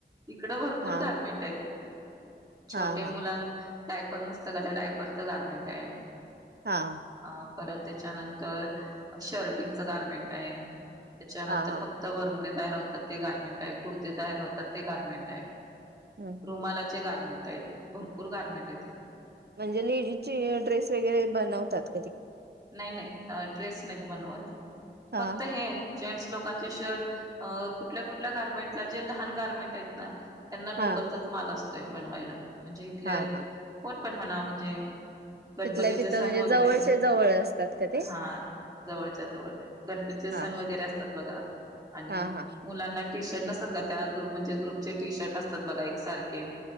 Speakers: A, on the right (about 20°); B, on the right (about 60°).
A: इकड भरपूर
B: हा
A: गारमेंट आहेत. छोटे
B: हा हा
A: मुलां डायपर नस तर त्या टायपरचं गार्मेंट आहे.
B: हा.
A: अ परत त्याच्यानंत तर शरेटिंग गारमेंट आहे. त्याच्यानंतर
B: हा हा
A: फक्त भर मु जार होतात ते गार्मेंट आहे कुर्ते जार होतात ते गार्मेंट आहे.
B: हम्म
A: रुमालाचे गार्मेंट आहेत भरपूर... पुरगमेंट आहे तिकडे
B: म्हणजे लेडीजची ड्रेस वगैरे बनवतात क
A: नाही नाही ड्रेस नाहीत बनवत
B: हा
A: फक्त हे जेंट्स लोकांचे शर्ट अ कुठल्या कुठल्या गारमेंटला जे लहान गार्मेंट आहेत ना.. त्यांना
B: हा
A: लोकलचाच माल असत बनवायला म्हणजे इथल्या
B: हा हा
A: कोण पण म्हणा म्हणजे गणपतीचे
B: तिथल्या तिथं
A: सण
B: म्हणजे
A: वगैरे
B: जवळचे जवळ असतात का ते
A: हा जवळच्या जवळ गणपतीचे
B: हा
A: सण वगैरे असतात बघा आणि
B: हा हा
A: मुलांना टी शर्ट नसतात का त्या ग्रुप म्हणजे ग्रुपचे टी शर्ट असतात बघा एक सारखे